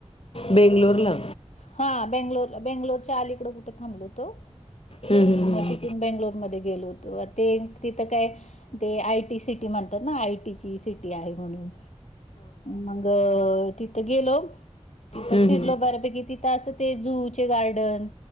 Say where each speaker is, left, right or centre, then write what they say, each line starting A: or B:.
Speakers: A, on the left; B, on the left.
A: बेंगलोर ला.
B: हा बेंगलोर बेंगलोरच्या अलीकड कुठं थांबलो होतो.
A: हम्म
B: आणि मग तिथून बेंगलोर मध्ये गेलोत ते तिथं काय ते आयटी सिटी म्हणतात ना आयटी ची सिटी आहे म्हणून. मग तिथं गेलो तिथं
A: हम्म
B: फिरलो बऱ्यापैकी तिथं असं ते जू चे गार्डन